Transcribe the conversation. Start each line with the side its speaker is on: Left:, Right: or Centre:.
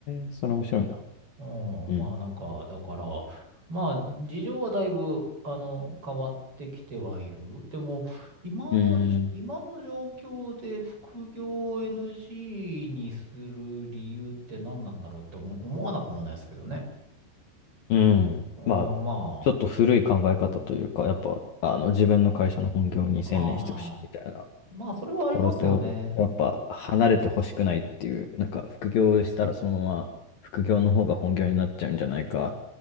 Left: え、それ面白いな。
Right: うん、
Left: うん。
Right: まあなんか、だから、まあ事情はだいぶ、あの、変わってきてはいる。でも、今の今の状況で副業を
Left: うん。
Right: NG にする理由って何なんだろうって思思わなくもないですけどね。
Left: うん。
Right: うん、
Left: まあ、
Right: ま
Left: ちょっと古い考え方というか、やっぱ、あの、自分の会社の本業に専念してほしいみたいな
Right: あ、ああ、まあそれはありますよね。
Left: ところと、やっぱ、離れてほしくないっていう、なんか、副業したらそのまま、副業の方が本業になっちゃうんじゃないか